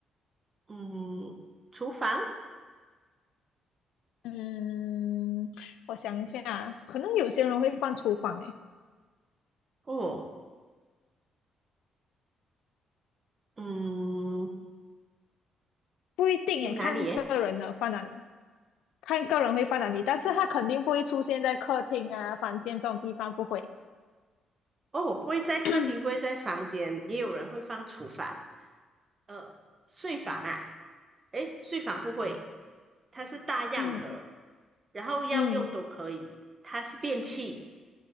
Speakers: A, on the right; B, on the left.
A: 嗯，厨房。
B: 嗯，我想一下，可能有些人会放厨房，诶，
A: 哦，嗯，
B: 不一定诶，
A: 有哪里耶？
B: 看个人的放哪里，看个人会放哪里，但是他肯定不会出现在客厅啊、房间这种地方，不会。
A: 哦，不会在客厅，
B: <coughs>
A: 不会在房间，
B: <clears throat>
A: 也有人会放厨房。呃，睡房啊，诶，睡房不会，它是大样的，
B: 嗯
A: 然后要用都可以，
B: 嗯，
A: 它是电器。